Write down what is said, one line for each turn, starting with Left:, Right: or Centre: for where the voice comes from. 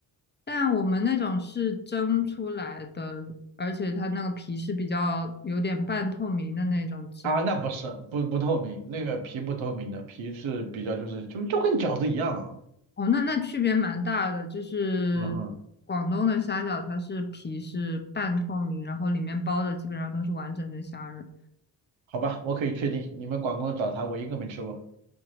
Left: 但我们那种是蒸出来的，而且它那个皮是比较有点半透明的那种质感。
Right: 啊。那不是，不不透明，那个皮不透明的，皮是比较就是就就跟饺子一样啊。
Left: 哦，那那区别蛮大的，就是广东的虾饺它是皮是半透明，
Right: 嗯嗯，
Left: 然后里面包的基本上都是完整的虾仁。
Right: 好吧，我可以确定，你们广东的早茶我一个没吃过